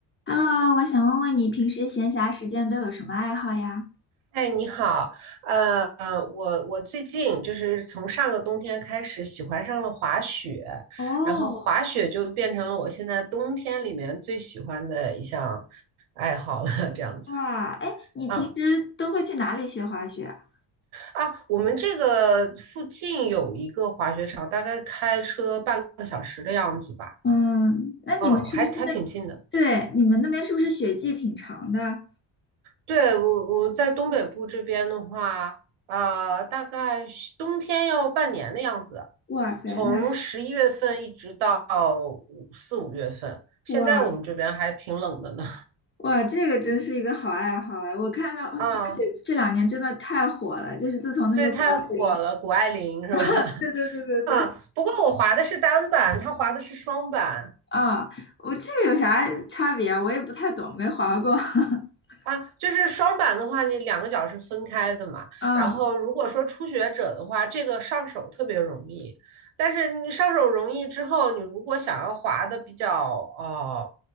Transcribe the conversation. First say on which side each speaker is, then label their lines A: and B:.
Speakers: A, on the left (about 25°); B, on the right (about 80°).
A: Hello，我想问问你平时闲暇时间都有什么爱好呀？
B: 哎，你好，呃，我我最近就是从上个冬天开始喜欢上了滑雪，
A: 哦，
B: 然后滑雪就变成了我现在冬天里面最喜欢的一项 <laughs> 爱好了，<laughs> 这样子。
A: 哇，哎，你平时都会去哪里学滑雪啊
B: 啊啊，我们这个附近有一个滑雪场，大概开车半个小时的样子吧。
A: 嗯，那你们是不是那，
B: 嗯，还还挺近的。
A: 对，你们那边是不是雪季挺长的？
B: 对，我我在东北部这边的话，呃，大概是冬天要半年的样子，
A: 哇塞，
B: 从十一月份一直到
A: 那是
B: 五四五月份。
A: <laughs>，
B: 现在我们这边还挺冷的呢。
A: 哇哇，这个真是一个好爱好哎！我看到呃滑雪这两年真的太火了，
B: <laughs> 啊，
A: 就是自从那个谷爱凌，
B: 对，太火了，谷爱凌是吧？<laughs>
A: <laughs> 对对对对对，
B: 啊，不过我滑的是单板，她滑的是双板。
A: 啊、我这个有啥差别啊？我也不太懂，没滑过。<laughs>
B: 啊，就是双板的话，你两个脚是分开的嘛。
A: 啊
B: 然后如果说初学者的话，这个上手特别容易。但是你上手容易之后，你如果想要滑的比较呃